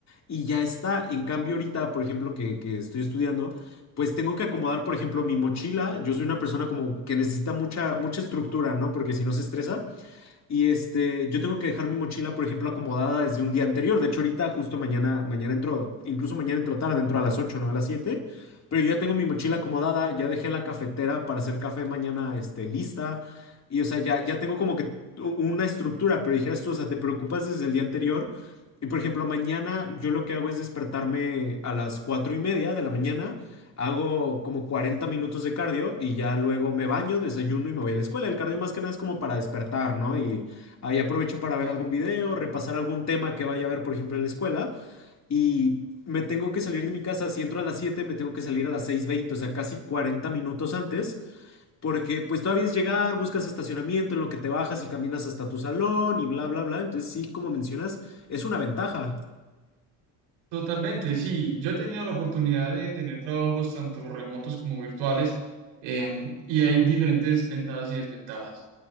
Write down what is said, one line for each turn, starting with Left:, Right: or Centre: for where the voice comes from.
Left: y ya está. En cambio ahorita, por ejemplo, que, que estoy estudiando, pues tengo que acomodar, por ejemplo, mi mochila. Yo soy una persona como que necesita mucha, mucha estructura, ¿no? Porque si no se estresa. Y este, yo tengo que dejar mi mochila, por ejemplo, acomodada desde un día anterior. De hecho, ahorita justo mañana, mañana entro, incluso mañana entro tarde, entro a las 8 no a las siete Pero yo ya tengo mi mochila acomodada, ya dejé la cafetera para hacer café mañana, este, lista. Y o sea, ya, ya tengo como que u- una estructura, pero dijeras tú, o sea, te preocupas desde el día anterior. Y por ejemplo, mañana yo lo que hago es despertarme a las 4 y media de la mañana. Hago como 40 minutos de cardio y ya luego me baño, desayuno y me voy a la escuela. El cardio más que nada es como para despertar, ¿no? Y ahí aprovecho para
Right: Claro.
Left: ver algún video, repasar algún tema que vaya a ver, por ejemplo, en la escuela. Y me tengo que salir de mi casa, si entro a las 7 me tengo que salir a las seis veinte o sea, casi 40 minutos antes, porque pues todavía es llegar, buscas estacionamiento en lo que te bajas y caminas hasta tu salón y bla, bla, bla. Entonces sí, como mencionas, es una ventaja.
Right: Totalmente, sí. Yo he tenido la oportunidad de tener trabajos tanto remotos como virtuales em, y hay diferentes ventajas y desventajas.